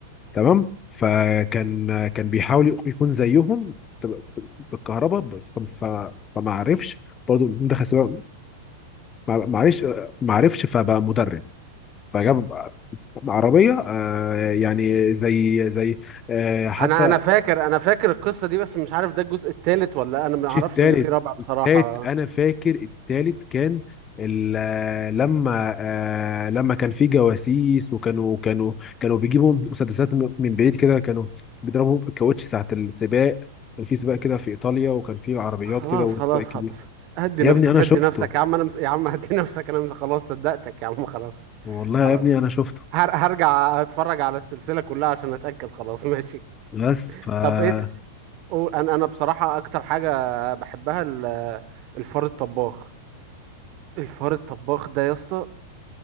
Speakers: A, on the left; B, on the right.
A: تمام فكان كان بيحاول يكون زيهم ب- ب- بالكهرباء بس ف- ف- فما عرفش برضه دخل سباق ما ما عرفش ما عرفش فبقى مدرب فجاب عربية آه، يعني زي زي آه، حتى
B: انا انا فاكر انا فاكر القصة دي بس مش عارف ده الجزء الثالث ولا انا ما اعرفش
A: مش التالت
B: ان في رابع بصراحة
A: التالت انا فاكر التالت كان ال- آه، لما آه، لما كان في جواسيس وكانوا كانوا كانوا بيجيبوا مسدسات م- من بعيد كده كانوا بيضربوا الكاوتش ساعة السباق كان في سباق كده في ايطاليا وكان في عربيات
B: خلاص
A: كده وسباق
B: خلاص
A: كبير
B: خلاص هدي
A: يا
B: نفسك
A: ابني انا شفته
B: هدي نفسك يا عم انا مس... يا عم هدي <laughs> نفسك انا مس... خلاص صدقتك يا عم خلاص
A: والله
B: خلاص
A: يا ابني انا شفته
B: هر... هرجع اتفرج على السلسلة كلها عشان اتأكد خلاص <laughs> ماشي
A: بس ف اه
B: طب ايه ت- قول- انا انا بصراحة اكتر حاجة بحبها ال- الفار الطباخ الفار الطباخ ده يا اسطى